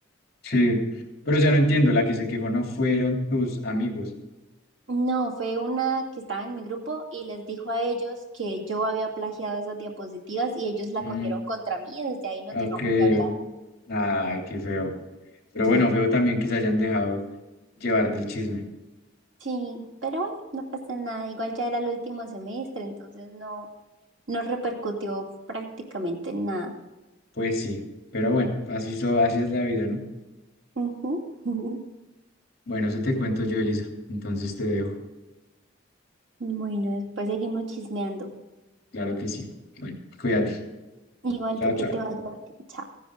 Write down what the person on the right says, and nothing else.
No, fue una que estaba en mi grupo y les dijo a ellos que yo había plagiado esas diapositivas y ellos la
cogieron contra mí y desde ahí nos
dejamos de hablar.
Sí,
sí, pero bueno, no pasa nada. Igual ya era el último semestre, entonces no, no repercutió prácticamente en nada.
Ujú. <laughs>
Bueno, después seguimos chismeando.
Igual
tú
que te vayas. bien. Chao.